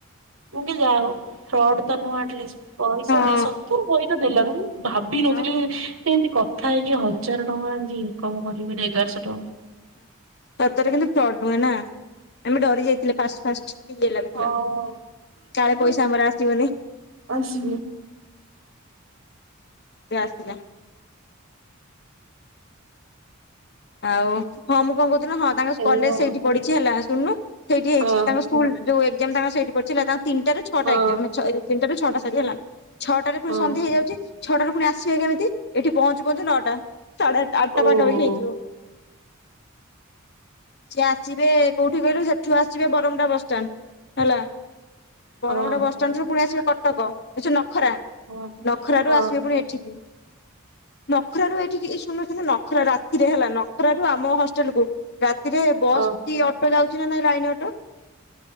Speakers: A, on the right; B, on the left.
A: ମୁଁ କି ଯା ହଉ ଫ୍ରଡ ତ ନୁଆଁ ଆଟଲିଷ୍ଟି ପଇସା
B: ହଁ
A: ଦେଇ ସତରୁ ପଇସା ଦେଲ ଭାବ ନଥିଲି
B: ଆଉ
A: ଏମିତି କଥା ହେଇକି ହଜାର ଟଙ୍କା ଏମିତି ଇନକମ କରି ଏଗାରଶହ
B: ସତରେ କିନ୍ତୁ ଫ୍ରାଡ ନୁହେଁ ନା ଆମେ ଡରି ଯାଇଥିଲେ ଫାଷ୍ଟ ଫାଷ୍ଟ ଲାଗୁଥିଲା
A: ହଁ
B: କାଳେ ପଇସା ଆମର ଆସିବନି।
A: ଆସି
B: ଆସିଲା। ଆଉ ହଁ ମୁଁ କଣ କହୁଥିଲି ହଁ ତାଙ୍କ
A: ଏଇଆ
B: କଲେଜ ସେଇଠି ପଢିଚି ହେଲା ଶୁଣୁନୁ ସେଇଠି ହେଇଚି
A: ଆଉ।
B: ତାଙ୍କ ସ୍କୁଲ ଯୋଉ ଏକ୍ଜାମ ତାଙ୍କ ସେଇଠି ପଡିଚି ତାଙ୍କ ତିନିଟାରୁ ଛଅଟା
A: ହଁ
B: ତିନଟ ଛଅ ହେଲା ଛଅଟାରେ ପୁଣି
A: ହଁ
B: ସନ୍ଧ୍ୟା ହେଇଯାଉଛି ଛଅଟାରୁ ପୁଣି ଆସିବେ କେମିତି ଏଠି ପହଞ୍ଚୁ ପହଞ୍ଚୁ ନଅଟା। ସାଢେ ଆଠଟା ଆଟ୍
A: ହଁ
B: ଟା
A: ଓହୋ
B: ପାଖାପାଖି ହେଇଯିବ। ସେ ଆସିବେ କୋଉଠି କହିଲୁ ସେଠୁ ଆସିବେ ବରମୁଣ୍ଡା ବସଷ୍ଟାଣ୍ଡ ହେଲା। ବରମୁଣ୍ଡା
A: ହଁ
B: ବସଷ୍ଟାଣ୍ଡ ରୁ ପୁଣି ଆସିବେ କଟକ ନ ନଖରା
A: ହଁ
B: ନଖର
A: ହଁ
B: ରୁ ଆସିବେ ପୁଣି ଏଠିକି। ନଖର ର ଏଇଠିକି ଶୁଣୁ ଶୁଣୁ ନଖରା ରାତିରେ ହେଲା ନଖର ର ଆମ ହଷ୍ଟେଲ କୁ ରାତିରେ ବସ୍
A: ହଁ
B: କି ଅଟୋ ଯାଉଛି ନା ନାଇଁ ଲାଇନ ଅଟୋ।